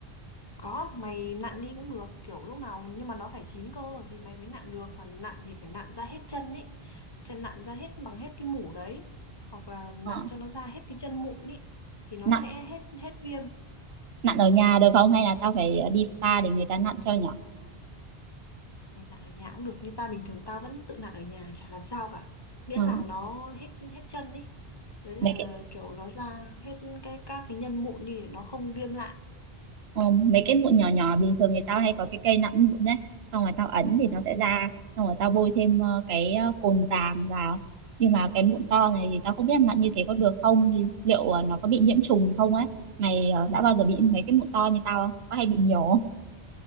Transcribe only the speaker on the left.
Có, mày nặn đi cũng được, kiểu lúc nào nhưng mà nó phải chín cơ thì mày mới nặn được và nặn thì phải nặn ra hết chân ấy. Chân nặn ra hết bằng hết cái mủ đấy hoặc là nặn
cho nó ra hết cái chân mụn ấy thì nó
sẽ hết hết viêm.
Mày nặn ở nhà cũng được như ta bình thường tao vẫn tự nặn ở nhà chả làm sao cả. Miễn
là nó hết hết chân ấy. Với
là
kiểu nó ra hết cái các cái nhân mụn đi để nó không viêm lại.